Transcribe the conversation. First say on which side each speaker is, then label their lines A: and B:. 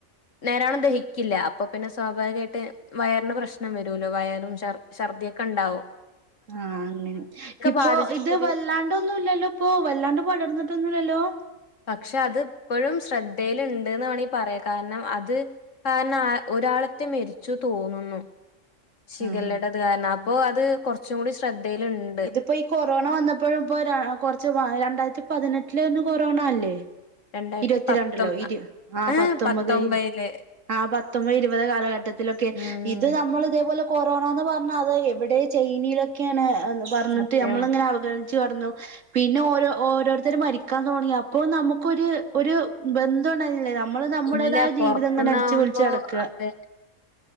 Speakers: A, on the left; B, on the right.
A: നേരാണം ദഹിക്കില്ല അപ്പൊ പിന്നെ സ്വാഭാവികായിട്ട് വയർ ങ്ങനുള്ള പ്രശ്നം വരൂവല്ലോ വയറും ശർ ശർദ്ദിയക്കെണ്ടാവും
B: ആഹ് അങ്ങനെ ഇപ്പൊ
A: ബാധിച്ചിട്ട്
B: ഇത്
A: പുതിയ
B: വല്ലാണ്ടൊന്നുല്ലല്ലോ ഇപ്പോ വല്ലാണ്ട് പടർന്നിട്ടൊന്നുല്ലല്ലോ
A: പക്ഷെ അത് ഇപ്പഴും ശ്രദ്ധേല്ണ്ട്‌ന്ന് വേണേ പറയാ കാരണം അത് കാരണം ആഹ് ഒരാളത്തെ മെരിച്ചു തോന്നുന്നു ശിഖല്ലേടെത്
B: ആഹ്
A: കാരണാ അപ്പൊ അത് കൊറച്ചുംകൂടി ശ്രദ്ധയ്ല്ണ്ട്
B: പ്പൊ ഈ കൊറോണ വന്നപ്പോഴും പ്പ രൺ കൊറച്ച് വ രണ്ടായിരത്തി പതിനെട്ടിലേന്നു കൊറോണ അല്ലേ
A: രണ്ടായിരത്തി
B: ഇരുപത്തിരണ്ട്ല്ലോ
A: പത്തൊ
B: ഇര് ആഹ്
A: ഏഹ്
B: പത്തൊമ്പത്
A: പത്തൊമ്പതില്
B: ആഹ് പത്തൊമ്പത് ഇരുപത് കാലഘട്ടത്തിലൊക്കെ
A: ഉം
B: ഇത് നമ്മള് ഇതേപോലെ കൊറോണാന്ന് പറഞ്ഞാ അത് എവിടെ ചൈനേലൊക്കെയാണ്ന്ന് പറഞ്ഞിട്ട്
A: സത്യം
B: നമ്മള്ങ്ങനെ അവഗണി ച്ചു നടന്നു പിന്നെ ഓരോ ഓരോരുത്തര് മരിക്കാൻ തോണി അപ്പൊ നമുക്ക് ഒര് ഒരു ബന്ധോണ്ടായ്ന്നില്ലല്ലോ നമ്മള് നമ്മുടേതായ
A: ഇല്ല പൊറത്തുന്നാവുമ്പോ
B: ജീവിതം തന്നെ അടിച്ചുപൊളിച്ച് നടക്കാ
A: അതെ